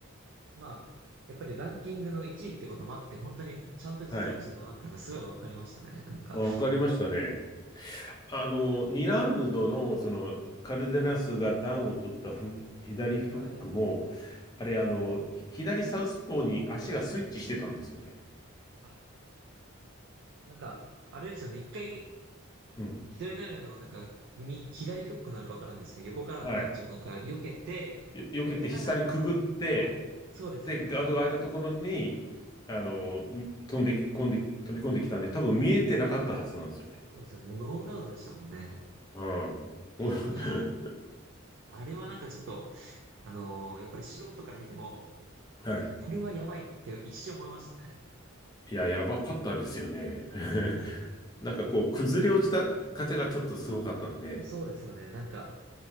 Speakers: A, on the right; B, on the left.
A: まあ、やっぱりランキングの1位ってこともあって、本当にちゃんと実力者だなってのがすごいわかりましたね。
B: はい。
A: なんか、
B: わかりましたね。あの、2ラウンドの、その、カルデナスがダウンを取ったフック左フックも、
A: はい。
B: あれ、あの、ひ左サウスポーに足がスイッチしてたんですよね。
A: あ、なんか、あれですよね。一回、
B: うん。
A: 左投げの、なんか、み左フックなのかわからないですけど、横からのパンチをなんか、
B: はい。
A: 避けて、
B: よ避けて下にくぐって、
A: 避けながらパン、はい。そうですよね。
B: で、ガードが開いたところに、あの、飛んでき、飛んで、飛び込んできたんで、多分見えてなかったはずなんですよね。
A: そうですよ。もうノーガードでしたもんね。
B: うん。お <laughs>
A: いやーあれはなんかちょっと、あのーやっぱり素人から見ても、
B: はい。
A: いや、これはやばいって一瞬思いましたね。
B: いや、やばかったですよね。<laughs>
A: <laughs>
B: なんかこう、崩れ落ちたカチャがちょっとすごかったんで、
A: そうですよね。なんか、